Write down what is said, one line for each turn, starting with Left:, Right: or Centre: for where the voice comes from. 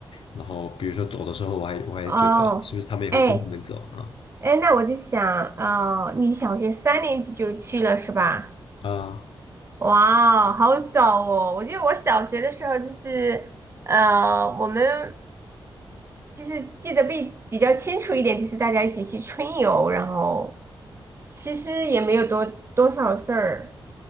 Left: 然后比如说走的时候，我还我还觉得是不是他们也会跟我们走啊
Right: 哦，哎，哎，那我就想，哦，你小学三年级就去了是吧？
Left: 啊。
Right: 哇哦好早哦！我记得我小学的时候就是，呃，我们。就是记得比比较清楚一点，就是大家一起去春游，然后其实也没有多多少事儿。